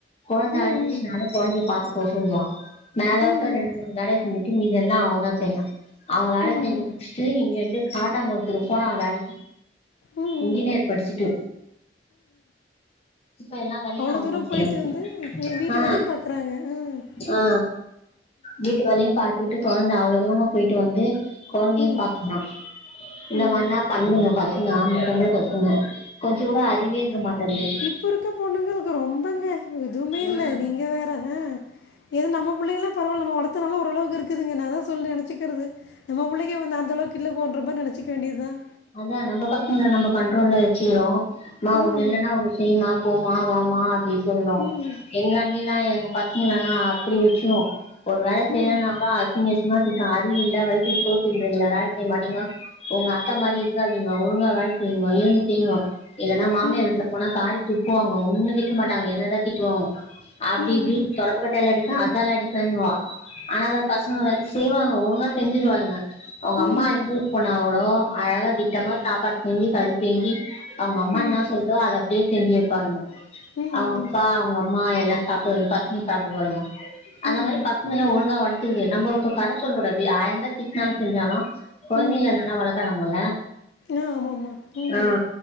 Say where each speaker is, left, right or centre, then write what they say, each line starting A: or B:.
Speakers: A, on the left; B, on the left.
A: கொழந்த
B: ம்
A: அழுதிச்சுனாலு கொழந்தைய பாத்துக்க சொல்லுவா மேல
B: ம்
A: விட்ட ரெண்டு மூனு வேல செஞ்சுட்டு மீதெல்லா அவன் தான் செய்றான் அவன் வேல
B: ம்
A: செஞ்சு முடிச்சுட்டு இங்கேந்து ஆட்டோ ஓட்டத்துக்கு போறான் வேலைக்கு
B: ம்
A: இன்ஜினியர் படிச்சுட்டு இப்ப எல்லா வேலையு
B: அவ்ளோ
A: அவந்தா
B: தூரம்
A: செய்யறா
B: போயிட்டு வந்து வீட்டு
A: ஆ
B: வேலயும் பாக்குறாங்க ம்
A: ஆ வீட்டு வேலையும் பாத்துக்கிட்டு கொழந்த அவ்ளோ தூரமா போயிட்டு வந்து கொழந்தையும்
B: ம்
A: பாத்துகுறான்
B: ம்
A: இல்லமா
B: ம்
A: என்ன பண்ணுங்க பசங்க ஆ பசங்க கொஞ்சோ கூட அறிவே இருக்க மாட்டேங்குது
B: இப்ப இருக்க பொண்ணுங்களுக்கு ரொம்பங்க எதுவுமே இல்ல
A: ம்
B: நீங்க வேற அ இது நம்ம பிள்ளைலாம் பரவால நம்ம வளதுனால ஓரளவுக்கு இருக்குதுங்க நான் சொல்லி நெனச்சிக்கிறது நம்ம புள்ளக்கி வந்து அந்த அளவுக்கு இல்ல போன்றப்ப நெனச்சிக்க வேண்டியதான்
A: அதான் நம்ம பசங்கல நம்ம கண்ட்ரோல்ல வச்சிகுறோ மா
B: ம்
A: ஒண்ணு இல்லன்னா ஒண்ணு செய்யுமா போமா வாமா அப்டின்னு போமா வாமா அப்படி நினை சொல்றோம்
B: ம்
A: எங்க அண்ணி எல்லா எங்க பசங்கலல்லாம் அப்படி வச்சி ஒரு வேல செய்யலைனா
B: ம்
A: கூட அது நீங்க சிமாத்திான் அது இல்லல வயிற்க்குங்கள மாட்டீங்கன்னா எங்க அத்த மாதிரி இருக் விட்றாதீங்கோ ஒழுங்கா வேலைய செய்ங்கோ இருந்து செய்ங்கோ இல்லன்னா மாமியார்
B: ம்
A: வீட்டு போனா காரி துப்புவாங்கோ ஒண்ண திட்ட மாட்டாங்க என்னதா திட்டுவாங்கோ அது
B: ம்
A: இப்டின்னு தொடப்ப கட்டயால அடிப்பேன் அதால அடிப்பேன்னுவா ஆனா அவ பசங்க வைஸ் செய்வாங்க ஒழுங்கா செஞ்சுட்டு வாளுங்க அவங்க
B: ம்
A: அம்மா எப்படி போனாக்களோ அழகா வீட்ட அம்மா சாப்பாடு செஞ்சி களி செஞ்சி அவங்க அம்மா
B: ம்
A: என்ன சொல்தோ அத அப்டியே செஞ்சி வைப்பாளுங்க
B: ம் ம்,
A: அவுங்க அப்பா அவுங்க அம்மா எல்லா <unintelligible> ஃபஸ்ட் <unintelligible> அந்த
B: ம்
A: மாரி பசங்க லா ஒழுங்கா வளத்தக்குது நம்ம ஒருத்தர் கொர சொல்லக் கூடாது ஆயிரந்தா திட்னாலு செஞ்சாலும் கொழந்தைங்கள
B: ம்
A: நல்லா வளக்கறாங்கல்ல
B: ஆ ஆமாம்மா ம்
A: ஆ